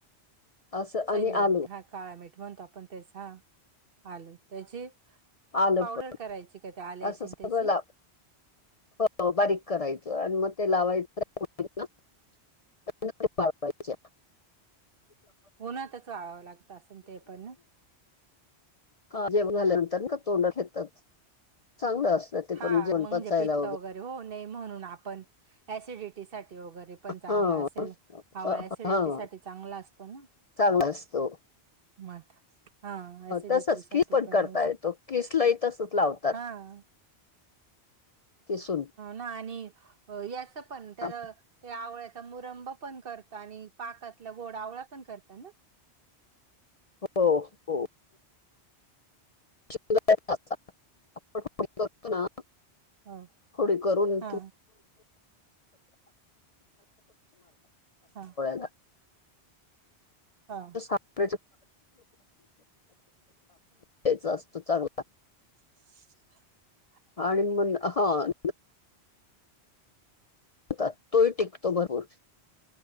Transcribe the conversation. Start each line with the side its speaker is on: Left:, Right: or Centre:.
Left: असं
Right: सेंदव
Left: आणि आलं
Right: मीठ हा काळ मीठ म्हणतो आपण त्याच हा आल त्याची
Left: आलं
Right: पावडर
Left: पण
Right: करायची का त्या आल्याची
Left: असं सगळं
Right: त्याची
Left: लावं हो बारीक करायचं आणि मग ते लावायचं पुरींना <unintelligible>
Right: पुन्हा ते चाळावं लागतं असेल ते पण ना
Left: का जेवण झाल्यानंतर ना तोंडात घेतात चांगलं असतं ते
Right: हा
Left: पण जेवण
Right: म्हणजे
Left: पचायला
Right: पित्त वगैरे होवू नाही, म्हणून आपण ऍसिडिटी साठी वगैरे पण चांगला
Left: हा.
Right: असेल आवळा
Left: हा
Right: एसिडिटी साठी चांगला असतो ना.
Left: चांगला असतो.
Right: मध हा एसिडिटी
Left: तसच
Right: साठी
Left: किस
Right: पण
Left: करता
Right: होवू शक
Left: येतो किसलाही तसच लावतात
Right: हां
Left: किसून
Right: ना आणि याच पण त्याल
Left: हो
Right: ते आवळ्याचा मुरंब पण करत आणि पाकातला गोड आवळा पण करताना.
Left: हो हो <unintelligible> आपण फोडी करतो ना
Right: हो
Left: फोडी करून
Right: हा हा
Left: <unintelligible>
Right: हा
Left: <inaudible> द्यायचं असतं चांगला
Right: <unintelligible>
Left: आणि मग अंह... हो तोही टिकतो भरपूर